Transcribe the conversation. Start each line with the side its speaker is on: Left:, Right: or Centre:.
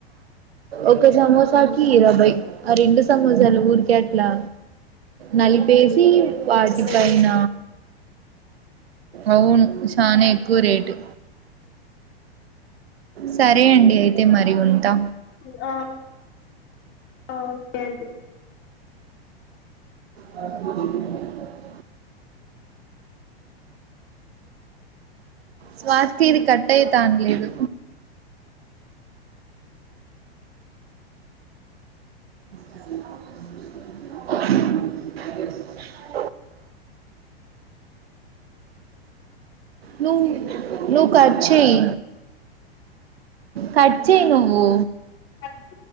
Right: ఒక సమోసా కి ఇరవై ఆ రెండు సమోసాలు ఊరికే అట్లా నలి పేసి వాటిపైన
Left: అసలు
Right: అవును చానా ఎక్కువ రేటు సరే అండి అయితే మరి ఉంటా
Left: అ అ ఒకే అండి
Right: ఆ <unintelligible> స్వా <unintelligible> తి ఇది కట్టయ్తాన్లేదు <inaudible> నువ్ నువ్వు కట్ చెయ్ కట్ చెయ్ నువ్వు
Left: కట్